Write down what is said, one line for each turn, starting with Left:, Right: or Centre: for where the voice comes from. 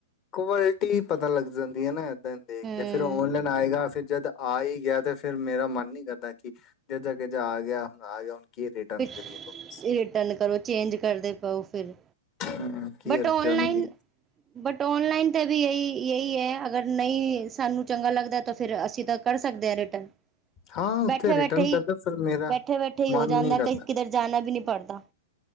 Left: ਕੁਆਲਿਟੀ ਪਤਾ ਲੱਗ ਜਾਂਦੀ ਏ ਨਾ। ਦੇਖ
Right: ਹੂੰ
Left: ਕੇ ਫਿਰ ਔਨਲਾਈਨ ਆਏਗਾ ਫਿਰ ਜਦ ਆਈ ਗਿਆ ਤੇ ਫੇਰ ਮੇਰਾ ਮਨ ਨਹੀਂ ਕਰਦਾ ਕਿ ਜਿੱਦਾਂ-ਕਿਦਾ ਆ ਗਿਆ ਹੁਣ ਆ ਗਿਆ ਹੁਣ। ਕੀ ਰਿਟਰਨ
Right: ਰਿਟਨ
Left: ਕਰੀਏ ਵਾਪਸ
Right: ਕਰੋ ਚੇਂਜ ਕਰਦੇ ਪਾਓ ਫਿਰ
Left: ਹਮ, ਕੀ
Right: ਬਟ
Left: ਰਿਟਰਨ
Right: ਔਨਲਾਈਨ-ਬਟ
Left: ਦੀ
Right: ਔਨਲਾਈਨ ਤੇ ਵੀ ਏਹੀ ਇਹੀ ਹੈ। ਅਗਰ ਨਹੀਂ ਸਾਨੂੰ ਚੰਗਾ ਲੱਗਦਾ ਤਾਂ ਫਿਰ ਅਸੀਂ ਤਾਂ ਕਰ ਸਕਦੇ ਆਂ ਰਿਟਨ।
Left: ਹਾਂ ਉੱਥੇ
Right: ਬੈਠੇ-ਬੈਠੇ
Left: ਰਿਟਰਨ
Right: ਈ,
Left: ਕਰਦਾ ਫਿਰ ਮੇਰਾ
Right: ਬੈਠੇ-ਬੈਠੇ ਈ ਹੋ
Left: ਮਨ
Right: ਜਾਂਦਾ
Left: ਨਹੀਂ ਕਰਦਾ
Right: ਕਿਧਰ ਜਾਨਾ ਵੀ ਨਹੀ ਪੜਤਾ।